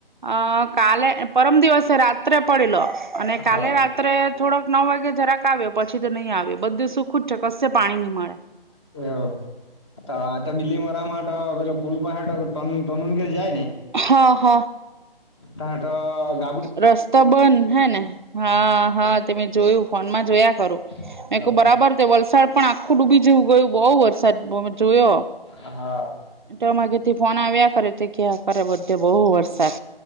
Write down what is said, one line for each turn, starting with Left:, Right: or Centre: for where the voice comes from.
Right: અ કાલે પરમ દિવસે રાત્રે પડેલો, અને કાલે
Left: હા
Right: રાત્રે થોડોક નવ વાગે જરાક આવ્યો પછી તો નહીં આવ્યો બધું સુખું જ છે કશે પાણી ની મળે.
Left: હંઅંઅંઅં <unintelligible> આતો આતો બિલ્લી મોરા માત પેલો પુલ પહેત તનુ ને ઘેર જાય ને.
Right: હંહ.
Left: તા ત
Right: રસ્તો બંધ હે ને હા હા તે મેં જોયું ફોનમાં જોયા કરું.
Left: હતા
Right: મે કરું બરાબર તે વલસાડના આખું ડૂબી જેવું ગયું બહુ વરસાદ બો જોયો.
Left: હા હા
Right: તો મારા ઘરથી ફોન આવ્યા કરે તે કેયા કરે બધે બોઉ વરસાદ.